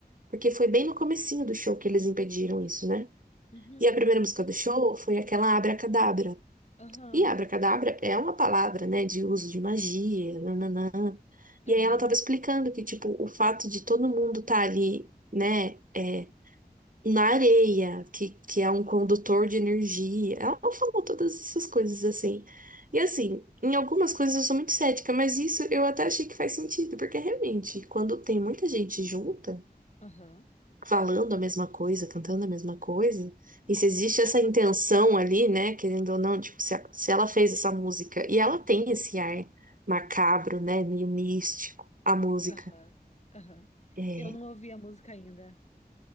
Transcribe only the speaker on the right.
porque foi bem no comecinho do show que eles impediram isso, né?
E a primeira música do show foi aquela Abracadabra.
E abracadabra é uma palavra, né, de uso de magia, nananã.
E aí ela estava explicando que, tipo, o fato de todo mundo estar ali, né, é, na areia, que, que é um condutor de energia. Ela falou todas essas coisas assim. E assim, em algumas coisas eu sou muito cética, mas isso eu até achei que faz sentido, porque realmente, quando tem muita gente junta,
falando a mesma coisa, cantando a mesma coisa. E se existe essa intenção ali, né, querendo ou não, tipo, se, a- se ela fez essa música e ela tem esse ar macabro, né, meio místico, a música.
É,